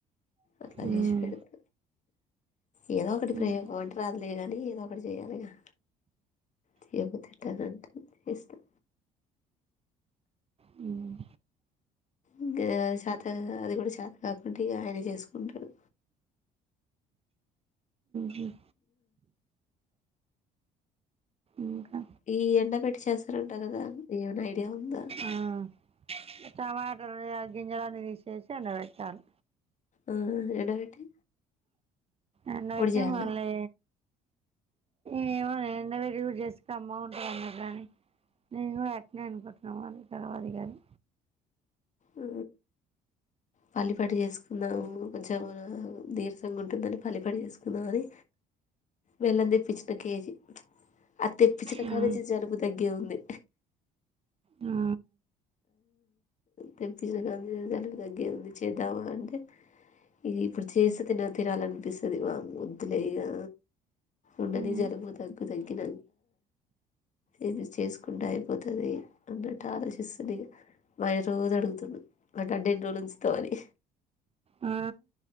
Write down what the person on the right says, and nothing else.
మ్మ్
హ్మ్
మ్మ్
హ్మ్ ఇంకా
ఆ టమాటాలు ఆ గింజలు తీసేసి ఎండబెట్టాలి
ఎండబెట్టిన
మళ్లీ ఏమోనే ఎండబెట్టి కూడా చేస్తే కమ్మగా ఉంటంది అన్నారు గానీ నేను కూడా అటనే అనుకుంటాన మరి తెలవదు ఇగా అది
మ్మ్.
ఆ
మ్మ్.
ఆ